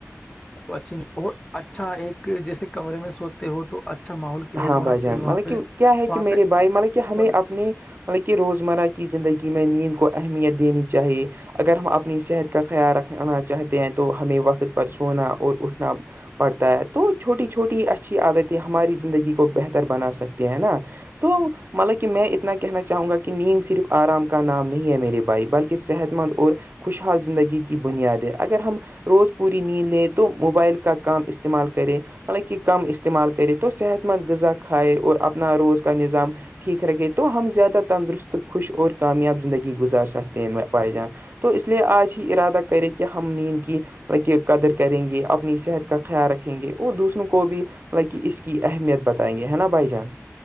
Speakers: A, on the left; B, on the right.
A: تو اچھی اور اچھا ایک جیسے کمرے میں سوتے ہو تو اچھا ماحول کریٹ
B: ہاں
A: ہونا
B: بھائی
A: چاہیے
B: جان
A: وہاں
B: مطلب
A: پہ
B: کہ کیا ہے
A: وہاں
B: کہ میرے
A: پہ
B: بھائی مطلب کہ ہمیں
A: سونے
B: اپنی بلکہ روزمرہ کی زندگی میں نیند کو اہمیت دینی چاہیے اگر ہم اپنی صحت کا خیال رکھنا چاہتے ہیں تو ہمیں وقت پر سونا اور اٹھنا پڑتا ہے تو چھوٹی چھوٹی اچھی عادتیں ہماری زندگی کو بہتر بنا سکتے ہیں نا تو مطلب کہ میں اتنا کہنا چاہوں گا کہ نیند صرف آرام کا نام نہیں ہے میرے بھائی بلکہ صحت مند اور خوشحال زندگی کی بنیادیں اگر ہم روز پوری نیند لے تو موبائل کا کام استعمال کرے مطلب کہ کم استعمال کرے تو صحت مند غذا کھائے اور اپنا روز کا نظام ٹھیک رکھے تو ہم زیادہ تندرست خوش اور کامیاب زندگی گزار سکتے ہیں بائی جان تو اس لیے آج ہی ارادہ کرے کہ ہم نیند کی ل کہ قدر کریں گے اپنی صحت کا خیال رکھیں گے اور دوسروں کو بھی لائ اس کی اہمیت بتائیں گے ہے نا بھائی جان